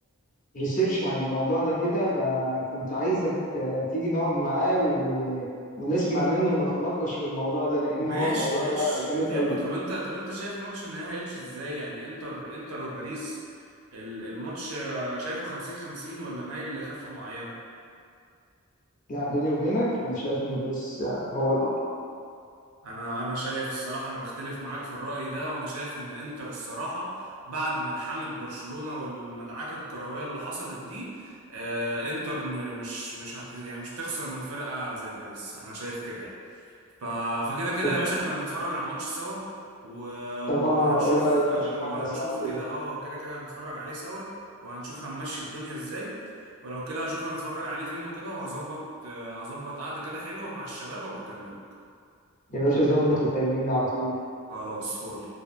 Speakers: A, on the left; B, on the right.
A: ريسيرش عن الموضوع ده كده فكنت عايزك آه، تيجي نقعد معاه و... ونسمع منه ونتناقش في الموضوع ده لان
B: ماشي
A: هو الموضوع
B: ماشي
A: ده جامد
B: حلو
A: قوي
B: طب انت طب انت شايف ماتش النهائي هيمشي ازاي يعني انتر انتر وباريس ال- الماتش آه، شايفه 50 50 ولا مايل لكفة معينة؟
A: لا بيني وبينك انا شايف ان باريس آه، هو الاقرب
B: انا انا شايف الصراحه انا بختلف معاك في الراي ده وانا شايف ان انتر الصراحه بعد ما لحمت برشلونه والمدعكه الكرويه اللي حصلت دي آه انتر م- مش مش هت يعني مش تخسر من فرقه زي باريس انا شايف كده يعني ف فكده كده
A: طب
B: يا باشا احنا هنتفرج على الماتش سوا و... وهنشوف
A: طب اه ايه رايك
B: آه،
A: نشوف
B: وهنشوف
A: احنا سوا
B: كده
A: كده
B: اه كده كده هنتفرج عليه سوا وهنشوف هنمشي الدنيا ازاي ولو كده هشوف هنتفرج عليه فين وكده وهظبط آه، هظبط قعده كده حلوه مع الشباب وابقى اكلمك
A: يا باشا ظبط وكلمني على طول
B: خلاص فول